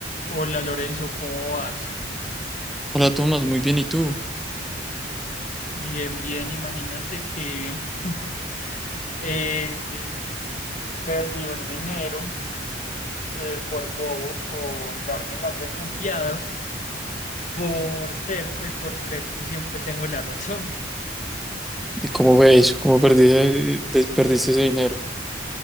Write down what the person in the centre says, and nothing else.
Hola Tomás, muy bien, ¿y tú?
¿Y cómo fue eso? ¿Cómo perdiste, des- perdiste ese dinero?